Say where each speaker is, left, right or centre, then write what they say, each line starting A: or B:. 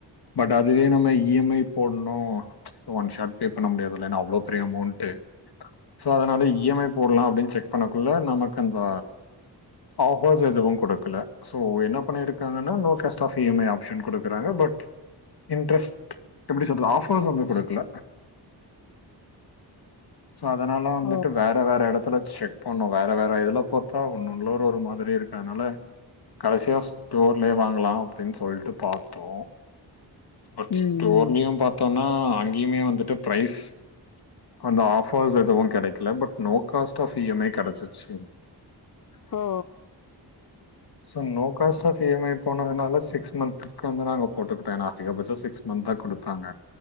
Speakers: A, on the left; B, on the left.
A: பட் அதுவே நம்ம இ எம் ஐ போட்ணு ஒன் ஷார்ட் பே பண்ண முடியாதுல்ல ஏன்னா அவ்ளோ பெரிய அமௌண்ட்டு சோ அத்னால இ எம் ஐ போட்லா அப்டின் செக் பண்ணக்குள்ள நமக்கு அந்த ஆஃபர்ஸ் எதுவோ குடுக்கல சோ என்ன பண்ணிருக்காங்கன்னா no cost of E M I option குடுக்குறாங்க பட் இன்ட்ரெஸ்ட் எப்டி சொல்றது ஆபர்ஸ் வந்து குடுக்கல சோ அதனால வந்துட்டு
B: ஓ.
A: வேற வேற எடத்துல செக் பண்ணோ வேற வேற இதுல பாத்தா ஒன்னொன்ல ஒரோர் மாதிரி இருக்கத்னால கடசியா ஸ்டோர்லயே வாங்கலா அப்டினு சொல்ட்டு பாத்தோ பச்
B: ம், ம்.
A: அங்கயு பாத்தோம்னா அங்கயுமே வந்துட்டு ப்ரைஸ் அந்த ஆஃபர்ஸ் எதுவோ கெடக்கல but no cost of E M I கெடச்சிச்சி
B: ஹோ
A: so no cost of E M I போனதுனால சிக்ஸ் மந்த்துக்கு வந்து நாங்க போட்டுக்கிட்டே ன்னா அதிகபட்சோ சிக்ஸ் மந்த்தா குடுத்தாங்க